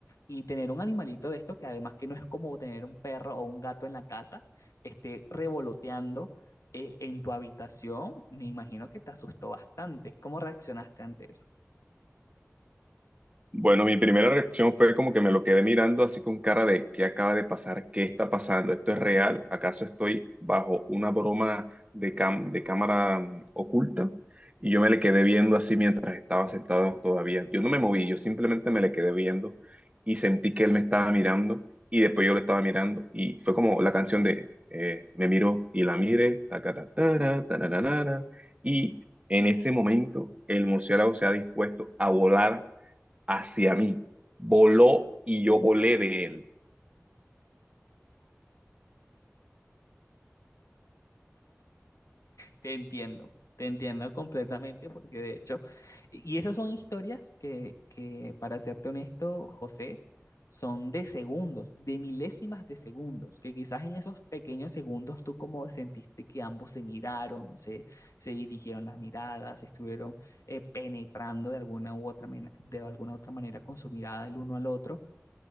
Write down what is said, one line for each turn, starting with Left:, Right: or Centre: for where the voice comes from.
Left: Y tener un animalito de esto, que además que no es como tener un perro o un gato en la casa, esté revoloteando eh, en tu habitación, me imagino que te asustó bastante. ¿Cómo reaccionaste ante eso?
Right: Bueno, mi primera reacción fue como que me lo quedé mirando así con cara de ¿qué acaba de pasar? ¿Qué está pasando? ¿Esto es real? ¿Acaso estoy bajo una broma de, cam- de cámara mm, oculta? Y yo me le quedé viendo así mientras estaba sentado todavía. Yo no me moví, yo simplemente me le quedé viendo y sentí que él me estaba mirando y después yo lo estaba mirando y fue como la canción de eh, Me miró y la mire, tacatatara, tarararara, y en ese momento el murciélago se ha dispuesto a volar hacia mí, voló y yo volé de él.
Left: Te entiendo, te entiendo completamente porque de hecho, y esas son historias que, que, para serte honesto, José, son de segundos, de milésimas de segundos, que quizás en esos pequeños segundos tú como sentiste que ambos se miraron, se, se dirigieron las miradas, se estuvieron eh, penetrando de alguna u otra, men- de alguna otra manera con su mirada el uno al otro,